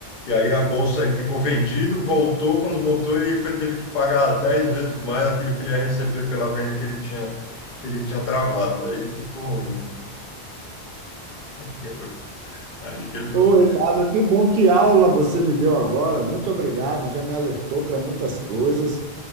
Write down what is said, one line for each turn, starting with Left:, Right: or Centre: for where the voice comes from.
Left: E aí a bolsa ele ficou vendido, voltou, quando voltou ele foi, teve que pagar 10 vezes mais aquilo que ele ia receber pela venda que ele tinha, que ele tinha travado. Daí ficou ruim, né? Aí ele quebrou. Aí ele quebrou.
Right: Ô, Ricardo, que bom que aula você me deu agora. Muito obrigado, já me alertou para muitas coisas.